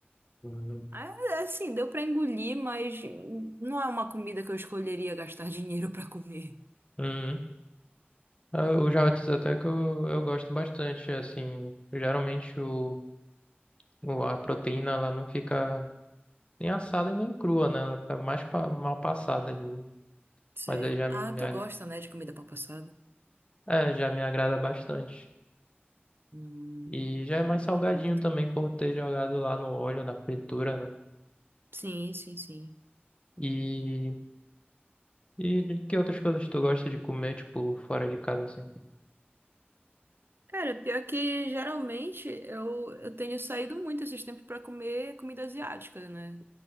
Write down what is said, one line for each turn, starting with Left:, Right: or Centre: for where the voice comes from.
Left: Hum.
Right: Ah, Assim, deu pra engolir, mas não é uma comida que eu escolheria gastar <laughs> dinheiro pra comer.
Left: Hum. Ah, O javetes até que eu, eu gosto bastante, assim. Geralmente o, o- a proteína ela não fica. Nem assada e nem crua, né? Ela fica mais pa- mal passada ali. né?
Right: Sei.
Left: Mas aí já me,
Right: Ah, tu
Left: ag-
Right: gosta, né, de comida pão passada?
Left: é, já me agrada bastante.
Right: Hum,
Left: E já é mais
Right: é, eu
Left: salgadinho
Right: não curto.
Left: também por ter jogado lá no óleo, na fritura, né?
Right: Sim, sim, sim.
Left: E, e de que outras coisas tu gosta de comer, tipo, fora de casa, assim?
Right: Cara, pior que geralmente eu, eu tenho saído muito esses tempos pra comer comida asiática, né?